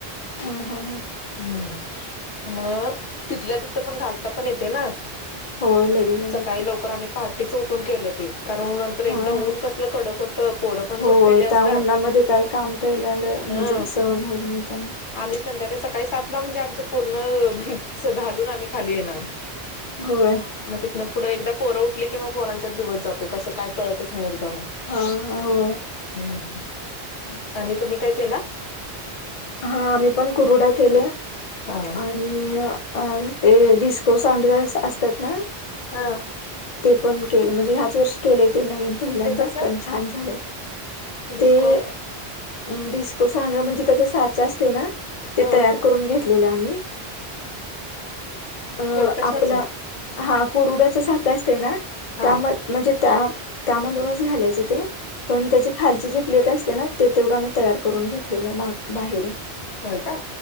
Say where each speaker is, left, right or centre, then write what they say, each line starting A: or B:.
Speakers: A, on the left; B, on the left.
A: हम हा हा
B: हम् मग तिथल्या तिथ पण घालता पण येते ना
A: होय लगेल लगेल.
B: सकाळी लवकर आम्ही पहाटेच उठून केलं ते कारण नंतर एकदा
A: हां, हां.
B: ऊन कसलं कडक होतं पोरं पण
A: होय.
B: झोपलेली असतात
A: त्या उन्हामध्ये काय काम केलेलं
B: हा
A: म्हणजे सहन होत नाही त्यामुळे.
B: आम संध्याकाळी सकाळी सात ला म्हणजे आमच पूर्ण घालून आम्ही खाली येणार
A: होय
B: मग तिथनं पुढं एकदा पर उठली की मग पोरांच्या दिवस जातोय कसं काय कळतच नाही
A: हा होय
B: म् आणि तुम्ही काय केला
A: हा आम्ही पण कुरुडा केल्या
B: हा
A: आणि अ ते डिस्को सांडगा असतात ना
B: हा
A: ते पण केलं म्हणजे ह्याच वर्षी केले ते नवीन पहिल्यांदा
B: ते कसं
A: पण छान झालं
B: डिस्को
A: ते अ डिस्को सांडगा म्हणजे त्याच्या
B: ह
A: कतरुन घेतलेल आम्ही अ
B: कशाच
A: आपला हा कुरुडाच्या साचा असते ना
B: हा
A: त्याम म्हणजे त्या त्यामधूनच घालायचं ते पण त्याची खालची जी प्लेट असते ना ते तेवढा मी तयार करून घेतलेलं माग बाहेर
B: होय का